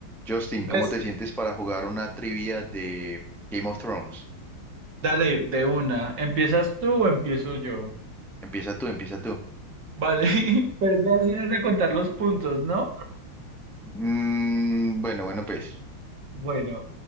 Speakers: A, in the centre; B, on the right.
A: Justin,
B: ¿Ves?
A: ¿cómo te sientes para jugar una trivia de Game of Thrones?
B: Dale, de una. ¿Empiezas tú o empiezo yo?
A: Empieza tú, empieza tú.
B: Vale, <laughs> pues ya ibas a contar los puntos, ¿no?
A: Mm, bueno, bueno, pues.
B: Bueno,